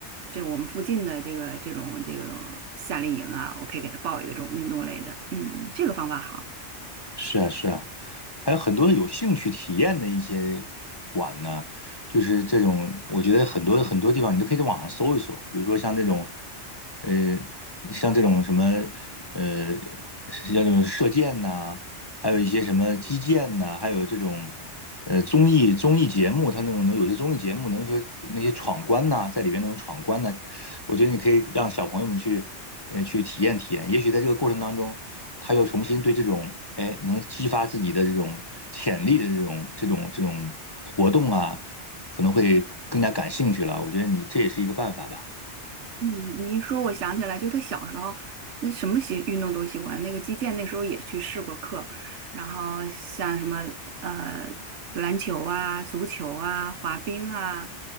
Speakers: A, on the right; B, on the left.
A: 这我们附近的这个这种这种夏令营啊，我可以给他报一个这种运动类的，嗯，这个方法好。
B: 是啊，是啊，还有很多的有兴趣体验的一些馆呢，就是这种，我觉得很多很多地方你都可以在网上搜一搜，比如说像这种，呃，像这种什么，呃，像这种射箭呐、还有一些什么击剑呐、还有这种，呃，综艺综艺节目，它那种能有些综艺节目能说那些闯关呐、在里边那种闯关呐、我觉得你可以让小朋友们去，呃，去体验体验。也许在这个过程当中，他又重新对这种，哎，能激发自己的这种潜力的这种、这种、这种活动啊，可能会更加感兴趣了。我觉得你这也是一个办法吧。
A: 嗯，你一说，我想起来，就他小时候，那什么喜运动都喜欢。那个击剑那时候也去试过课，然后像什么呃篮球啊、足球啊、滑冰啊、